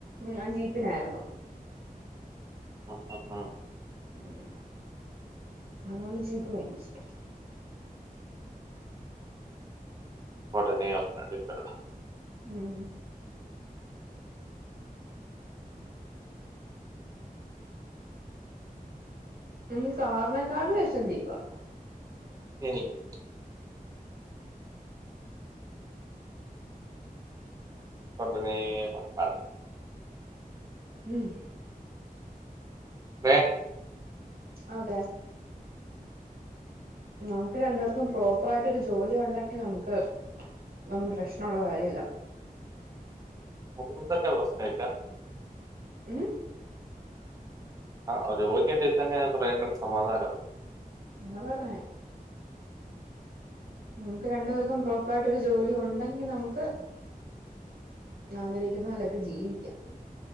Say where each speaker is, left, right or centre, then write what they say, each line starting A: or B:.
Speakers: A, on the right (about 80°); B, on the right (about 25°).
A: ഞാൻ ജീപ്പിലായിരുന്നു.
B: ആ ആ ആ
A: ഉ അതോണ്ട് ജീപ്പ് ഭയങ്കരിഷ്ട.
B: ഉടനെ അവ്കാത്ക്കണ്ട.
A: ഉം അങ്ങ് കാർനേക്കാട്ലിഷം ജീപ്പാ.
B: എനിക്കും. കൊണ്ടനേ ആൾ
A: ഉം
B: വേ
A: ആതെ. നമുക്ക് രണ്ടേർക്കും പ്രോപ്പറായിട്ട് ഒരു ജോലി ഉണ്ടെങ്കി നമുക്ക് ഒന്നും പ്രശ്നൊള്ള കാര്യല്ല.
B: <unintelligible> പ്രശ്‌നേ ഇല്ല.
A: ഉം?
B: ആഹ ജോലിണ്ടേ തന്നെ കുറെ കൂടി സമാധാനാവും.
A: ങ്ങള് പറഞ്ഞേ നമുക്ക് രണ്ടേർക്കും പ്രോപ്പറായിട്ട് ഒരു ജോലി ഉണ്ടെങ്കി നമുക്ക് ആഗ്രഹിക്കുന്ന പോലൊക്കെ ജീവിക്കാം.